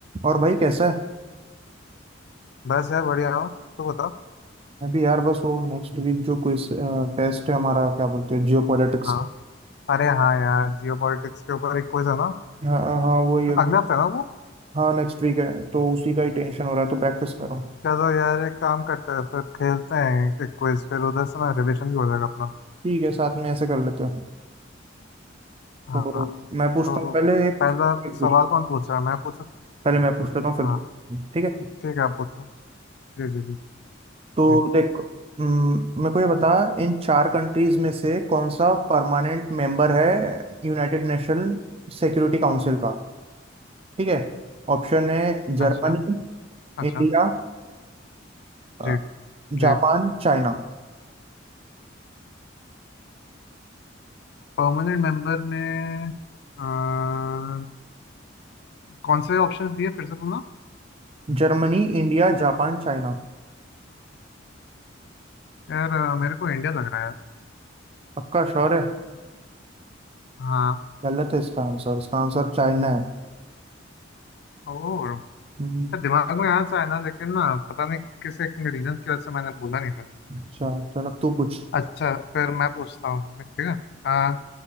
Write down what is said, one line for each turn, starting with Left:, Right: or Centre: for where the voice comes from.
Right: और भाई कैसा है
Left: बस यार बढ़िया हूँ तो बताओ
Right: अभी यार बस वो नेक्स्ट वीक जो क्विज टेस्ट है हमारा क्या बोलते हैं जियो पॉलिटिक्स
Left: हाँ अरे हाँ यार जियो पॉलिटिक्स के ऊपर एक क्विज है ना
Right: हाँ हाँ वही अभी
Left: अगले हफ्ते है ना वो
Right: हाँ नेक्स्ट वीक है तो उसी का ही टेंशन हो रहा है तो प्रैक्टिस कर रहा हूँ
Left: चलो यार एक काम करते हैं फिर खेलते हैं एक क्विज फिर उधर से ना रिविजन भी हो जाएगा अपना
Right: ठीक है साथ में ऐसे कर लेते हैं
Left: हाँ
Right: तो मैं पूछता
Left: तो
Right: हूँ पहले एक,
Left: पहला
Right: एक पूछ
Left: सवाल कौन पूछ रहा है मैं पूछूँ कि
Right: पहले मैं पूछ लेता हूँ फिर
Left: हाँ
Right: ठीक है
Left: ठीक है आप पूछो जी जी जी
Right: तो
Left: जी
Right: देख हम्म, मेरे को ये बता इन चार कंट्रीज में से कौन सा परमानेंट मेंबर है यूनाइटेड नेशन सिक्योरिटी काउंसिल का ठीक है ऑप्शन है जर्मनी
Left: अच्छा अच्छा
Right: इंडिया अ,
Left: जी जी
Right: Japan China
Left: परमानेंट मेंबर में अ, कौन से ऑप्शंस दिए फिर से बोलना
Right: Germany India Japan China
Left: यार अ, मेरे को इंडिया लग रहा है यार
Right: पक्का श्योर है
Left: हाँ
Right: गलत है इसका आंसर इसका आंसर चाइना है
Left: ओ
Right: हम्म,
Left: दिमाग में आंसर है ना लेकिन ना पता नहीं किस एक रीजन की वजह से मैंने बोला नहीं फिर
Right: अच्छा चल अब तू पूछ
Left: अच्छा फिर मैं पूछता हूँ मैं, ठीक है आ,